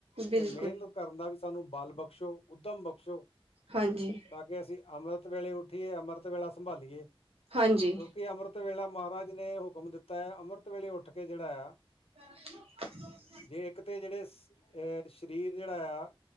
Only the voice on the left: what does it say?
ਤੇ ਮਿਹਨਤ। ਕਰਨ ਦਾ ਵੀ ਸਾਨੂੰ ਬਲ਼ ਬਖਸ਼ੋ ਉੱਧਮ ਬਖਸ਼ੋ।
ਤਾਂ ਕਿ ਅਸੀਂ ਅੰਮ੍ਰਿਤ ਵੇਲੇ ਉੱਠੀਏ ਅੰਮ੍ਰਿਤ ਵੇਲਾ ਸੰਭਾਲੀਏ ਕਿਉਂਕਿ
ਅੰਮ੍ਰਿਤ। ਅੰਮ੍ਰਿਤ ਵੇਲਾ ਮਹਾਰਾਜ ਜੀ ਨੇ ਹੁਕਮ ਦਿੱਤਾ ਹੈ ਅੰਮ੍ਰਿਤ ਵੇਲੇ ਉੱਠ ਕੇ ਜਿਹੜਾ ਹੈ।
ਜੇ ਇੱਕ ਤਾਂ ਜਿਹੜੇ ਅਹ ਸਰੀਰ ਜਿਹੜਾ ਆ।